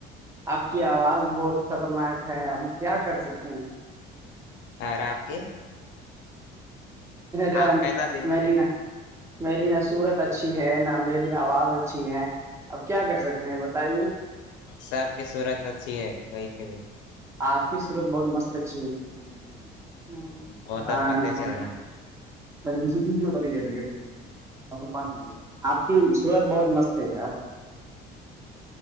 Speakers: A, on the right; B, on the left.
A: آپ کی آواز بہت خطرناک ہے ہم کیا کر سکتے ہیں
B: اور آپ کے
A: رام
B: آپ کیسا د
A: مرینا میری نہ صورت اچھی ہے نہ میری آواز اچھی ہے اب کیا کر سکتے ہیں بتائیے
B: ساب کی صورت اچھی ہے وہی سے بھی
A: آپ کی سرت بہت مست اچھی ہےاں
B: وہ
A: ا
B: تو پتہ چل رہا ہے
A: اسھے تیسری بتا نہیں رہے بانچ آپ کی سورت بہت مست ہے یار